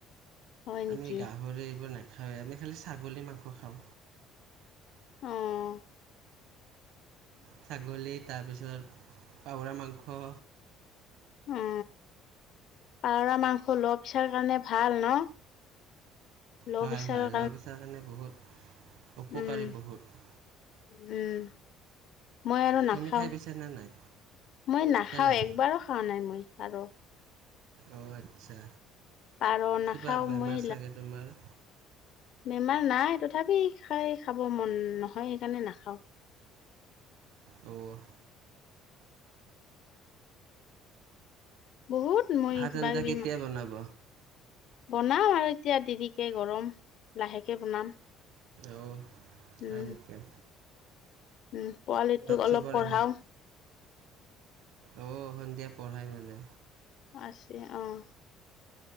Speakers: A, on the left; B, on the right.
A: হয় নেকি
B: আমি গাহৰি এইবোৰ নাখাওঁৱেই। আমি খালি ছাগলী মাংস খাওঁ।
A: অহ'
B: ছাগলী তাৰপিছত পউৰা মাংস।
A: অ' পাৱৰা মাংস লো পেছাৰ কাৰণে ভাল ন। ল'
B: হয়,
A: প্ৰেছাৰৰ
B: হয়, লোৰা পেচাৰ কাৰণে বহুত উপকাৰী
A: উম
B: বহুত।
A: উম। মই আৰু
B: তুমি
A: নাখাওঁ।
B: খাই পাইছানে নাই
A: মই নাখাওঁ,
B: কেলাই
A: একবাৰো খোৱা নাই মই আৰু।
B: অ' আচ্ছা
A: পাৰ নাখাওঁ
B: কিবা বেমাৰ
A: মই
B: চাগে তোমাৰ।
A: বেমাৰ নাই তথাপি খাই খাব মন নহয় সেইকাৰণে নাখাওঁ।
B: অ'
A: বহুত মই
B: ভাত
A: কিবা
B: আঞ্জা
A: কিবি
B: কেতিয়া বনাব
A: বনাম আৰু এতিয়া দেৰিকে গৰম লাহেকে বনাম।
B: অ' হয়া
A: উম
B: নেকিয়া।
A: উম, পোৱালিটোক অলপ
B: চবৰে
A: পঢ়াও।
B: অ' সন্ধিয়া পঢ়াই মানে।
A: আছে অ'